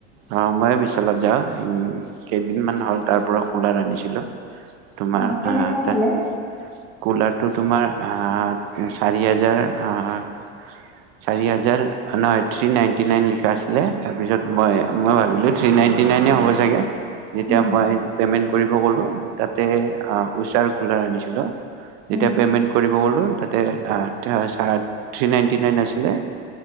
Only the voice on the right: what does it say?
অ', ময়ে বিশালত যাওঁ, উম কেইদিনমান হ'ল তাৰ পৰা কুলাৰ আনিছিলোঁ। তোমাৰ
আহ তে
কুলাৰটো তোমাৰ আ চাৰি হাজাৰ আ চাৰি হাজাৰ হেন থ্ৰী নাইণ্টি নাইন লিখা আছিলে, তাৰপিছত মই, মই ভাবিলোঁ থ্ৰী নাইণ্টি নাইনে হ'ব চাগে! যেতিয়া
মই পেমেন্ট কৰিব গলোঁ, তাতে আ উষাৰ কুলাৰ আনিছিলোঁ। তেতিয়া
পেমেন্ট কৰি ব, গ'লোঁ তাতে ছ থ্ৰী নাইণ্টি নাইন আছিলে